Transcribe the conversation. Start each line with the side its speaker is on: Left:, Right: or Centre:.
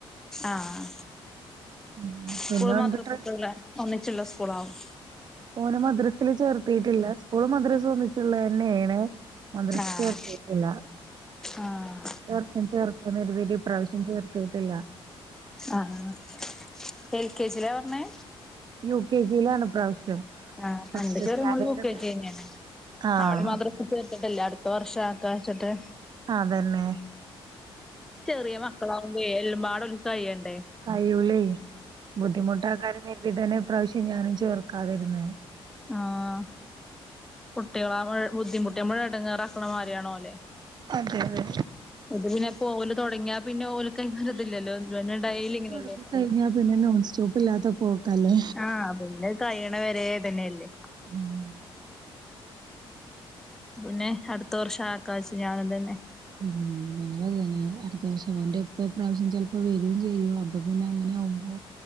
Centre: ആഹ്
Right: ഉം
Centre: സ്കൂളും
Right: പിന്നെ ഓൻക്ക്
Centre: മദ്രസക്കല്ലേ
Right: ഡ്രസ്സ്
Centre: ഒന്നച്ച്ള്ള സ്കൂളാവും
Right: ഓനെ മദ്രസ്സ് ചേർത്തീട്ടില്ല സ്കൂളും മദ്രസും ഒന്നിച്ച്ള്ളന്നെയാണ് മദ്രസ്സ്
Centre: ആ
Right: ചേർത്തീട്ടില്ല
Centre: ആഹ്
Right: ത്തവർഷം ചേർക്കാന്ന് കരുതീട്ട് ഇപ്രാവശ്യം ചേർത്തീട്ട്ല്ല
Centre: ആഹ് ഹാ എൽ കെ ജിലാ വിടണേ
Right: യൂ കെ ജിലാണ് ഇപ്രാവശ്യം
Centre: ആഹ്
Right: ഫസ്റ്റ്
Centre: എന്റെ ചെറിയ
Right: സ്റ്റാൻഡേർഡ്ന്ന്
Centre: മോള് യൂ കെജിന്നെയാണ്
Right: ആഹ്
Centre: അവളെ മദ്ര പ്പചേർത്ത്ട്ട്ല്ല അട്ത്ത വർഷം ആക്കാഞ്ഞ്വെച്ചിട്ട്
Right: അതന്നെ
Centre: ചെറിയ മക്കളാവുമ്പേ എല്ലമ്പാടൊക്ക് കയ്യണ്ടേ
Right: കൈയ്യൂല്ലേ ബുദ്ധിമുട്ടാക്കാര്യം കെര്തിട്ട്ന്നെ ഈ പ്രാവിശ്യം ഞാനും ചേർക്കാതിരുന്നേ
Centre: ആഹ് കുട്ടികള അവ് ബുദ്ധിമുട്ടി നമ്മളെ എടങ്ങറാക്കണ മാതിരിയാണോലെ
Right: അതെ അതെ
Centre: ഇത് പിന്നെപ്പോ ഓല് തൊടങ്ങിയാ പിന്നെ ഓല്ക്ക് അയ്നൊര്തില്ലലോ പിന്നെ ഡെയ്ലിങ്ങനെയല്ലേ
Right: ഇനി കഴിഞ്ഞാ പിന്നെ നോൺ സ്റ്റോപ്പില്ലാത്ത പോക്കാ അല്ലേ
Centre: ആഹ് അത്പിന്നെ കയ്യണവരേ ഇതന്നെയല്ലേ
Right: ഉം
Centre: പിന്നെ അടുത്ത വർഷം ആക്ക വെച്ചു ഞാൻതന്നെ
Right: ഉം ഞങ്ങളതന്നെ അടുത്ത വർഷം ഓന്റെ ഉപ്പ പ്രാവശ്യം ചെലപ്പോ വര്വേം ചെയ്യും അപ്പൊ പിന്നെ അങ്ങനെ ആവുമ്പോ